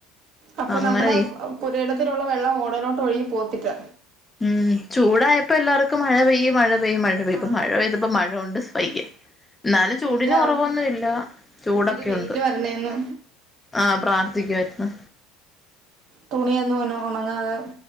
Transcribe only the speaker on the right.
അപ്പൊ
നമ്മുടെ പുരയിടത്തിലുള്ള വെള്ളം ഓടലോട്ട് ഒഴുകി പോവത്തില്ല
ആഹ്
വെയിലാവും
ഇച്ചിരി വെയില് വരണേന്ന്
തുണിയൊന്നുംഒന്നും ഉണങ്ങാതെ